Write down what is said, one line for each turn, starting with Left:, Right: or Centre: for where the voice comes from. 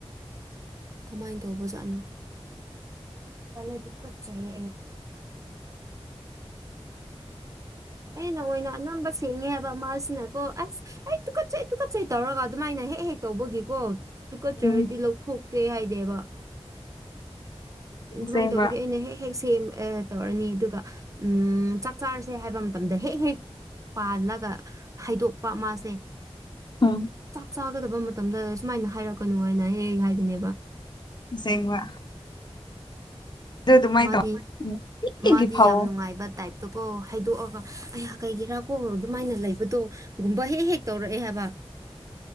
Right: ꯀꯃꯥꯏꯅ ꯇꯧꯕꯖꯥꯠꯅꯣ ꯇꯜꯂꯦ ꯇꯨꯒꯠꯆꯩꯌꯦ ꯑꯩ꯫ ꯑꯩꯅ ꯑꯣꯏꯅ ꯑꯅꯝꯕ ꯁꯦꯡꯉꯦ ꯍꯥꯏꯕ ꯃꯥꯁꯤꯅ꯫ ꯀꯣ ꯑꯁ ꯑꯩ ꯇꯨꯀꯠꯆꯩ ꯇꯨꯀꯠꯆꯩ ꯇꯧꯔꯒ ꯑꯗꯨꯃꯥꯏꯅ ꯍꯦꯛ ꯍꯦꯛ ꯇꯧꯕꯒꯤꯀꯣ ꯇꯨꯀꯠꯆꯔꯗꯤ꯫
Left: ꯎꯝ
Right: ꯊꯣꯛꯀꯦ ꯍꯥꯏꯗꯦꯕ꯫ ꯑꯗꯨꯃꯥꯏꯅ
Left: ꯑꯁꯦꯡꯕ
Right: ꯇꯧꯕꯒꯤ ꯑꯩꯅ ꯍꯦꯛ ꯍꯦꯛ ꯁꯦꯝ ꯇꯧꯔꯅꯤ ꯑꯗꯨꯒ꯫ ꯎꯝ ꯆꯥꯛ ꯆꯥꯔꯁꯦ ꯍꯥꯏꯕ ꯃꯇꯝꯗ ꯍꯦꯛ ꯍꯦꯛ꯫ ꯄꯥꯜꯂꯒ ꯍꯥꯏꯗꯣꯛꯄ ꯃꯥꯁꯦ꯫
Left: ꯎꯝ
Right: ꯆꯥꯒꯗꯕ ꯃꯇꯝꯗ ꯁꯨꯃꯥꯏꯅ ꯍꯥꯏꯔꯛꯀꯅꯨ ꯍꯥꯏꯅ ꯍꯦꯛ ꯍꯥꯏꯕꯅꯦꯕ꯫
Left: ꯑꯁꯦꯡꯕ꯫ ꯑꯗꯨ ꯑꯗꯨꯃꯥꯏ
Right: ꯃꯥꯗꯤ
Left: ꯇꯧ ꯅꯨꯡꯇꯤꯒꯤ
Right: ꯃꯥꯗꯤ
Left: ꯐꯥꯎꯋꯣ
Right: ꯌꯥꯝ ꯅꯨꯡꯉꯥꯏꯕ ꯇꯥꯏꯞ꯫ ꯑꯀꯣ ꯍꯥꯏꯗꯣꯛꯑꯒ ꯑꯩꯍꯥꯛ ꯀꯩꯀꯦꯔꯥ ꯀꯣꯡ ꯑꯗꯨꯃꯥꯏꯅ ꯂꯩꯕꯗꯣ꯫ ꯒꯨꯝꯕ ꯍꯦꯛ ꯍꯦꯛ ꯇꯧꯔꯛꯑꯦ ꯍꯥꯏꯕ꯫